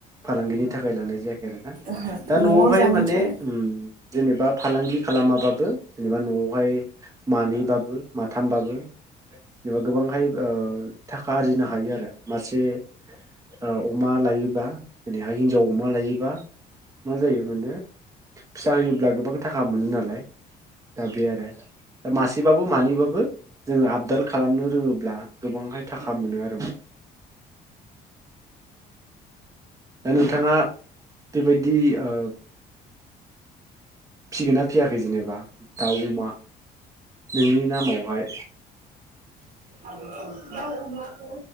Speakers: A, on the right; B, on the right.
A: फालांगिनि थाखाय लानाय जायाखै आरोना
B: ओहो
A: दा
B: न'आव
A: न'आवहाय
B: जानो
A: माने
B: थाखाय
A: उम जेनेबा फालांगि खालामाबाबो जेनेबा न'आवहाय मानैबाबो माथामबाबो जेनेबा गोबांहाय ओ थाखा आरजिनो हायो आरो मासे ओ अमा लायोबा दिनैहाय हिनजाव अमा लायोबा मा जायो मोननो फिसा होयोब्ला गोबां थाखा मोनो नालाय दा बे आरो दा मासेबाबो मानैबाबो जोङो आबदाल खालामनो रोङोब्ला गोबांहाय थाखा मोनो आरो माने दा नोंथाङा बेबायदि ओ फिसिगोनना फियाखै जेनेब बा दाउ अमा नोंनि नामावहाय
B: <unintelligible>